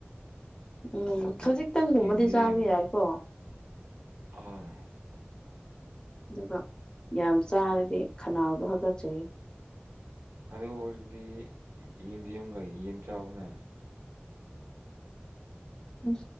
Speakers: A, on the left (about 20°); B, on the right (about 75°).
A: ꯎꯝ
B: ꯌꯦ-
A: ꯈꯖꯤꯛꯇꯪꯒꯨꯝꯕꯗꯤ
B: ꯌꯦꯟꯗꯦꯝ
A: ꯆꯥꯕ ꯌꯥꯏꯀꯣ꯫
B: ꯑꯥ꯫
A: ꯑꯗꯨꯒ ꯌꯥꯝ ꯆꯥꯔꯗꯤ ꯈꯅꯥꯎꯗꯣ ꯍꯥꯒꯠꯆꯩꯌ‌ꯦ꯫
B: ꯑꯗꯨ ꯑꯣꯏꯔꯗꯤ ꯌꯦꯟꯗ‍ꯦꯝꯒ ꯌꯦꯟ ꯆꯥꯎꯅ꯫
A: ꯎꯝ